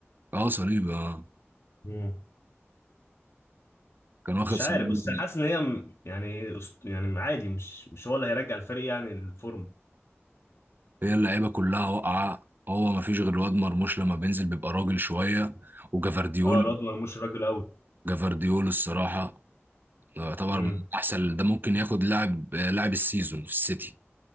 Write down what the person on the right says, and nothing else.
اه صليبي اه
كان واخد
صليبي
هي اللعيبه كلها واقعه هو ما فيش غير الواد مرموش لما بينزل بيبقى راجل شويه وجافارديول
جافارديول الصراحه يعتبر
من احسن ده ممكن ياخد لاعب لاعب السيزون في السيتي